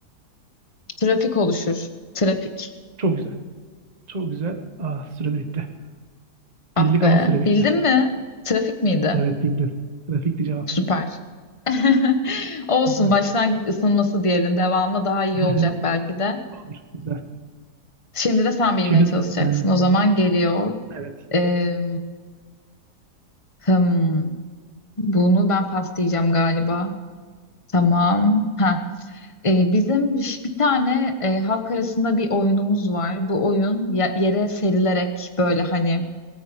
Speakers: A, on the left (about 20°); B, on the right (about 25°).
A: Trafik oluşur. Trafik.
B: Çok güzel. Çok güzel. Ah süre de bitti.
A: Ah
B: Bildik
A: be.
B: ama süre bitti.
A: Bildin mi? Trafik miydi?
B: Evet bildim. Trafikti cevap.
A: Süper. <laughs> Olsun.
B: Güzel.
A: Başlangıç ısınması diyelim. Devamı daha iyi
B: <laughs>
A: olacak belki de.
B: Olur. Güzel.
A: Şimdi de sen bilmeye
B: Şimdi
A: çalışacaksın.
B: sıra sende.
A: O zaman geliyor.
B: Evet.
A: Ee, hmm, bunu ben pas diyeceğim galiba. Tamam. Ha. Ee, bizim ş- bir tane e, halk arasında bir oyunumuz var. Bu oyun ya- yere serilerek böyle hani